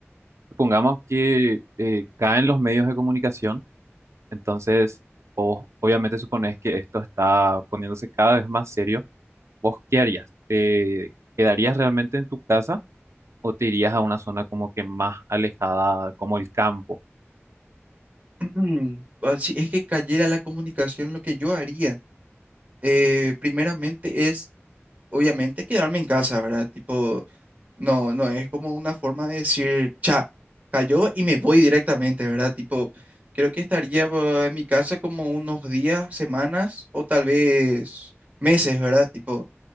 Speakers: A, on the right; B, on the right.
A: supongamos que eh, caen los medios de comunicación entonces, vos obviamente suponés que esto está poniéndose cada vez más serio. ¿Vos qué harías? ¿Te quedarías realmente en tu casa o te irías a una zona como que más alejada, como el campo?
B: <clears throat> Ah, Si es que cayera la comunicación, lo que yo haría, eh, primeramente es, obviamente, quedarme en casa, ¿verdad? Tipo, no, no es como una forma de decir, cha, cayó y me voy directamente, ¿verdad? Tipo, creo que estaría ah, en mi casa como unos días, semanas o tal vez meses, ¿verdad? Tipo,